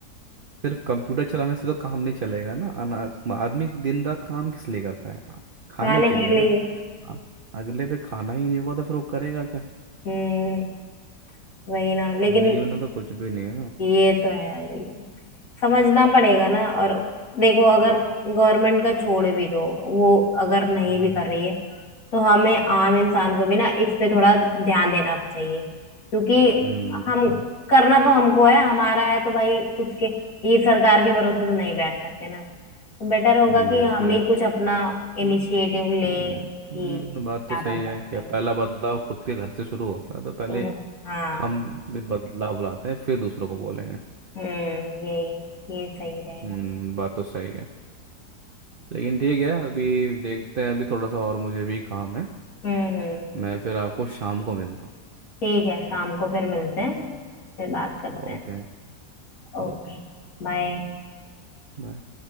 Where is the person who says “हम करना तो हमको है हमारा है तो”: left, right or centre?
Left